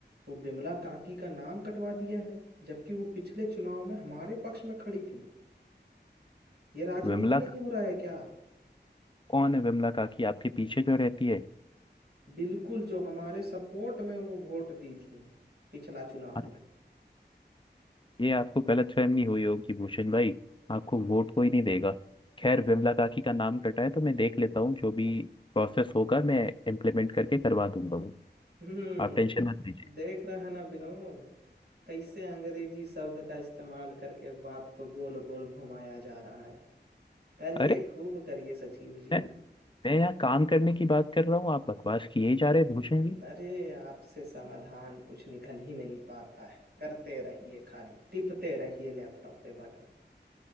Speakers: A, on the right; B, on the left.
A: वो बिमला काकी का नाम कटवा दिया है जबकि वो पिछले चुनाव में हमारे पक्ष में खड़ी थी ये राजनीति
B: विमला
A: नहीं
B: का
A: हो रहा है क्या
B: कौन है विमला काकी आपके पीछे जो रहती है
A: बिल्कुल जो हमारे सपोर्ट में वो वोट दी थी पिछला चुनाव
B: हाँ,
A: में
B: ये आपको गलतफहमी हुई होगी भूषण भाई आपको वोट कोई नहीं देगा खैर विमला काकी का नाम कटा है तो मैं देख लेता हूँ जो भी प्रोसेस होगा मैं इम्प्लीमेंट करके करवा दूंगा वो
A: हम्म
B: आप टेंशन मत लीजिए
A: देख रहा है ना विनोद कैसे अंग्रेजी शब्द का इस्तेमाल करके बात को गोल गोल घुमाया जा रहा है करिए
B: अरे
A: खूब करिए सचिव जी
B: मैं मैं यहाँ काम करने की बात कर रहा हूँ आप बकवास किए ही जा रहे हैं भूषण जी
A: अरे आपसे समाधान कुछ निकल ही नहीं पाता है करते रहिए खाली टिपते रहिए लैपटॉप पे बटन